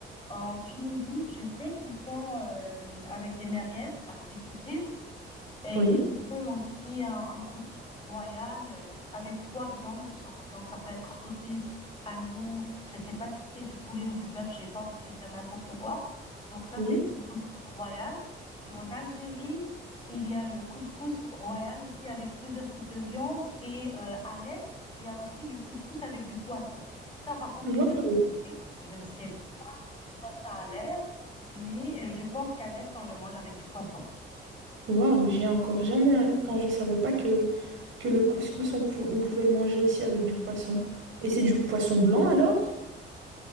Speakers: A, on the left (about 20°); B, on the right (about 75°).
A: En Tunisie, je sais qu'ils font euh, avec des merguez, avec des saucisses. Et
B: Oui,
A: ils font aussi un, un couscous royal euh, avec trois viandes. Ça- donc, ça peut être saucisse, agneau, je ne sais pas si c'est du poulet ou du bœuf, j'ai pas envie de te dire n'importe quoi. Donc, ça,
B: oui.
A: c'est couscous royal. Et en Algérie, il y a le couscous royal aussi avec plusieurs types de viandes. Et euh, à l'est, il y a aussi le couscous avec du poisson. Ça, par contre, j'ai
B: Waouh,
A: jamais fait. Je ne sais pas ça a l'air, mais euh, je pense qu'à l'est, on le mange avec du poisson.
B: waouh, j'ai encore jamais. Enfin, je savais pas que, que le couscous, on, pou- on pouvait le manger aussi avec du poisson. Et c'est du poisson blanc alors?